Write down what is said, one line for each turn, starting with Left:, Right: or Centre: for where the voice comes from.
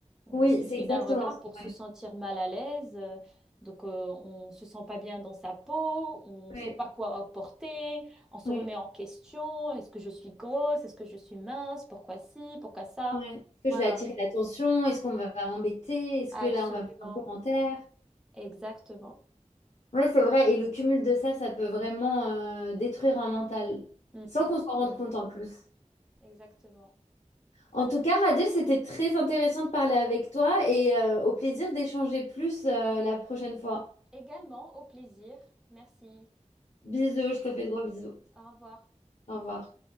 Centre: Euh,
Left: Oui,
Centre: Il suffit
Left: c'est exactement
Centre: d'un regard
Left: ça.
Centre: pour se
Left: Ouais.
Centre: sentir mal à l'aise. euh, Donc, euh, on se sent pas bien dans sa peau, on
Left: Ouais.
Centre: sait pas quoi porter. On se
Left: Ouais.
Centre: remet en question. Est-ce que je suis grosse? Est-ce que je suis mince? Pourquoi ci? Pourquoi ça?
Left: Ouais. Est-ce que
Centre: Voilà.
Left: je vais attirer l'attention? Est-ce qu'on va m'embêter? Est-ce
Centre: Absolument.
Left: que là, on va me faire un commentaire?
Centre: Exactement.
Left: Oui, c'est vrai. Et le cumul de ça, ça peut vraiment euh, détruire un mental,
Centre: Mhm.
Left: sans qu'on s'en rende compte en plus.
Centre: Exactement.
Left: En tout cas, Radil, c'était très intéressant de parler avec toi et euh, au plaisir d'échanger plus euh, la prochaine fois.
Centre: Également, au plaisir. Merci.
Left: Bisous, je te fais de gros bisous.
Centre: Au revoir.
Left: Au revoir.